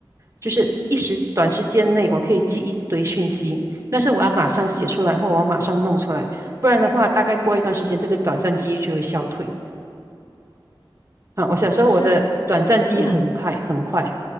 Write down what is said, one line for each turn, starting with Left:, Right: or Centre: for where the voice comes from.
Right: 就是一时短时间内我可以记一堆讯息，但是我要马上写出来，或我要马上弄出来，不然的话，大概过一段时间，这个短暂记忆就会消退。啊，我小时候我的短暂记忆很快很快，
Left: 可是，嗯